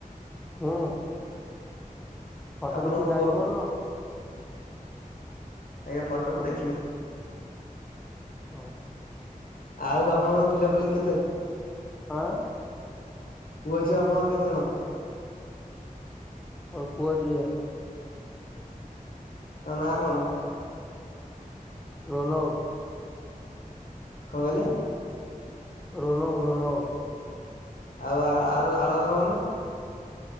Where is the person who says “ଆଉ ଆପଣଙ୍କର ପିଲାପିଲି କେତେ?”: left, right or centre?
Left